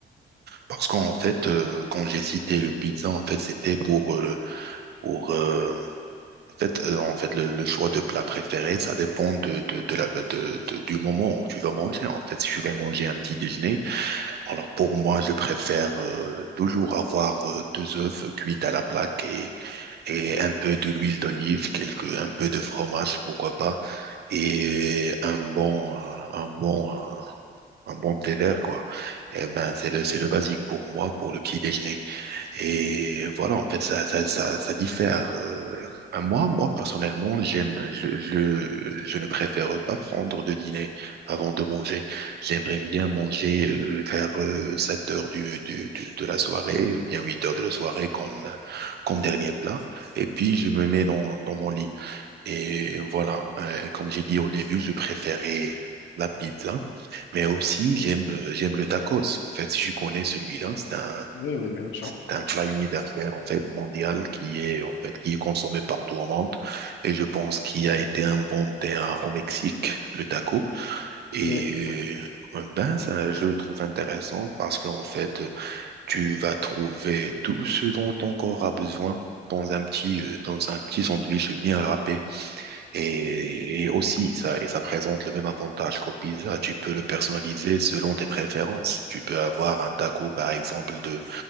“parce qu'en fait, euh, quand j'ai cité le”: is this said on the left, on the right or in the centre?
Right